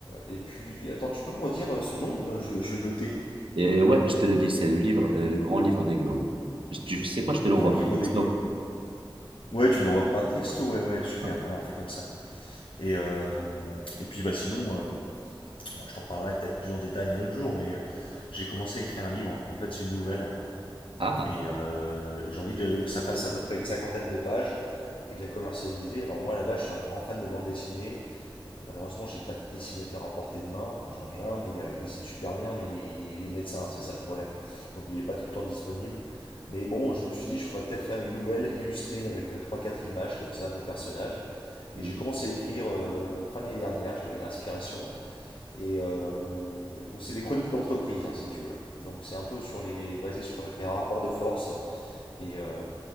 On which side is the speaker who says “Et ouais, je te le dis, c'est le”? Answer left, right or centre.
Right